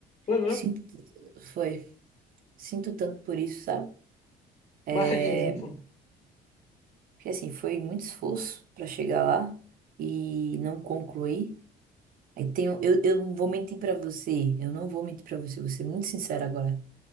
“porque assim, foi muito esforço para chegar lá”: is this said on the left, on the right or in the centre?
Right